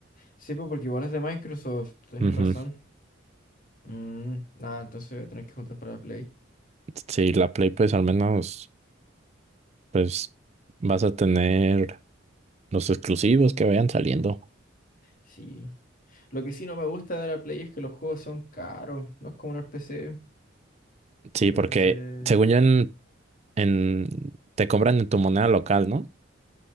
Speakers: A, on the left; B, on the right.
A: Sí, pues porque igual es de Microsoft, tenéis
B: Ujú.
A: razón. Mm, nada, entonces voy a tener que juntar para la Play.
B: Sí, la Play, pues al menos, pues vas a tener los exclusivos que vayan saliendo.
A: Sí. Lo que sí no me gusta de la Play es que los juegos son caros. No es como en el PC.
B: Sí,
A: En
B: porque
A: el PC.
B: según yo en, en- te cobran en tu moneda local, ¿no?